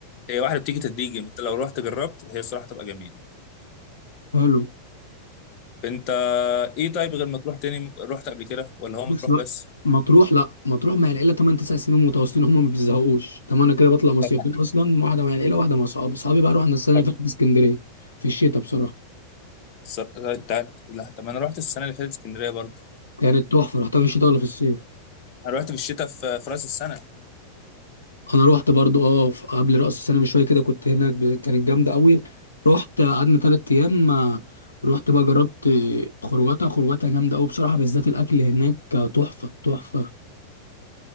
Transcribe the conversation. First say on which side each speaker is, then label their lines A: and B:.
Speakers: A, on the left; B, on the left.
A: هي واحدة بتيجي تدريجي انت لو رحت جربت هي الصراحة تبقى جميلة
B: حلو
A: انت ايه طيب غير ما تروح تاني ممكن- رحت قبل كده ولا هو
B: بس
A: مطروح
B: بقى
A: بس؟
B: مطروح لا مطروح مع العيله 8 9 سنين متواصلين هم ما بيزهقوش طب انا كده بطلع مصيفين
A: طب ما-
B: اصلا واحده مع العيله واحده مع اصحابي اصحابي بقى رحنا السنه
A: طب
B: اللي فاتت اسكندريه في الشتاء بصراحه
A: صر- ده- لا طب انا رحت السنة اللي فاتت اسكندرية برضه
B: كانت تحفه رحتها في الشتاء ولا في الصيف
A: انا رحت في الشتاء في في راس السنة
B: انا رحت برضو اه في- قبل راس السنه بشويه كده كنت هناك ب- كانت جامده قوي رحت قعدنا ثلاث ايام آه، رحت بقى جربت آه، خروجاتها خروجاتها جامده قوي بصراحه بالذات الاكل هناك آه، تحفه تحفه